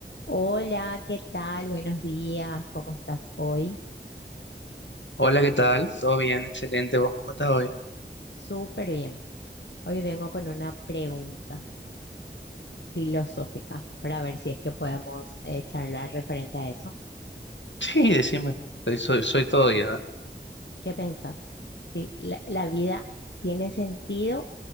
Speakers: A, on the left (about 75°); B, on the left (about 85°).
A: Hola, ¿qué tal? Buenos días, ¿cómo estás hoy?
B: Hola, ¿qué tal? ¿Todo bien? Excelente. ¿Vos cómo estás hoy?
A: Súper bien. Hoy vengo con una pregunta filosófica para ver si es que podemos eh, charlar referente a eso.
B: Sí, decime. Soy, soy, soy todo ya.
A: ¿Qué pensás? Si ¿La, la vida tiene sentido